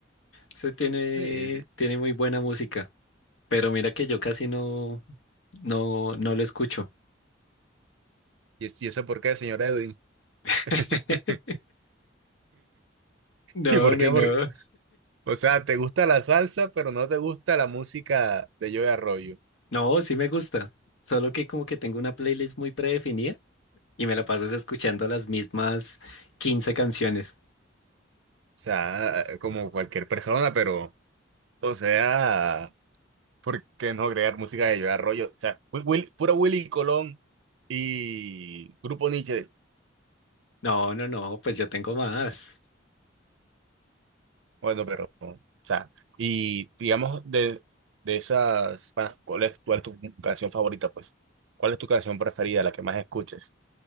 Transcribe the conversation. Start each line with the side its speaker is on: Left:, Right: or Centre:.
Left: Se tiene,
Right: Sí, sí.
Left: tiene muy buena música. Pero mira que yo casi no, no, no lo escucho.
Right: ¿Y es- y eso por qué, señor Edwin?
Left: <laughs>
Right: <laughs>
Left: No,
Right: ¿Y por
Left: no,
Right: qué?
Left: no.
Right: Por- O sea, te gusta la salsa, pero no te gusta la música de Joe Arroyo. O
Left: No, sí me gusta. Solo que como que tengo una playlist muy predefinida y me la pasas escuchando las mismas 15 canciones.
Right: sea, eh, como cualquier persona, pero, o sea, ¿por qué no crear música de Joe Arroyo? O sea, Wi- Wil- puro Willy Colón y Grupo Nietzsche.
Left: No, no, no, pues yo tengo más.
Right: Bueno, pero, o sea, y digamos de, de esas, pa- ¿cuál es, cuál es tu canción favorita, pues? ¿Cuál es tu canción preferida, la que más escuches?